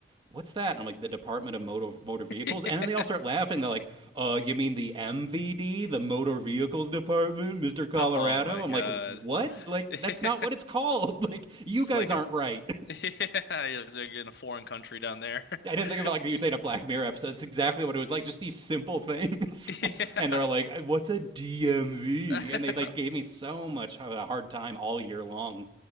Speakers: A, on the right (about 25°); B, on the left (about 65°).
A: what's that? And I'm like, the Department of Motor Motor Vehicles.
B: <laughs>
A: And then they all start laughing. They're like, uh, you mean the MVD, the Motor Vehicles Department, Mr. Colorado?
B: Oh my
A: I'm
B: God.
A: like, what?
B: <laughs>
A: Like,
B: It's
A: that's not what it's called. <laughs> Like, you guys
B: like
A: aren't
B: a
A: right.
B: <laughs> yeah, you're just like in a foreign country down there.
A: Yeah, I didn't think
B: <laughs>
A: of it like you say in a Black Mirror episode. It's exactly what it was like. Just these simple things,
B: Yeah.
A: <laughs> and they're like, "What's a DMV?"
B: <laughs>
A: And they like gave me so much of a hard time all year long,